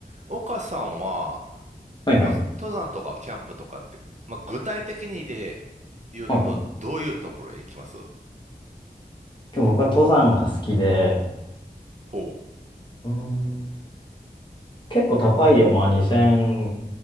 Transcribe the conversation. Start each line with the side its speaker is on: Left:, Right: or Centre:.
Right: 岡さんは、
Left: はいはい。
Right: 登登山とかキャンプとかって、まあ、具体的にで言うと、
Left: はいはい。
Right: どういうところへ行きます
Left: で僕は登山が好きで、
Right: ほう。
Left: うーん、結構高い山、2000、